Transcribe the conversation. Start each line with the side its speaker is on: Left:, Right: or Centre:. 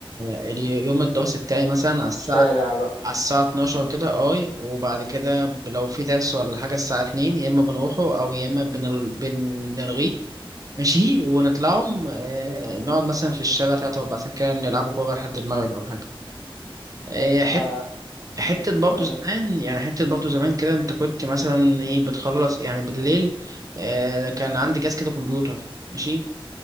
Right: اليوم الدراسي بتاعي مثلا على
Left: على
Right: الساعة
Left: الشارع بقى
Right: على الساعة 12
Left: م.
Right: كده اي وبعد كده ب- لو في درس ولا حاجة الساعة 2 يا اما بنروحه او يا اما بنل... بنلغيه ماشي ونطلعهم آه، نقعد مثلا في الشارع تلات أربع ساعات كده نلعبوا كورة لحد المغرب أو حاجة آه،
Left: اه
Right: حت...
Left: آه،
Right: حتة برضه
Left: ايوه
Right: زمان يعني حتة برضه زمان كده أنت كنت مثلا إيه بتخلص يعني بالليل آه، كان عندي جهاز كده كمبيوتر ماشي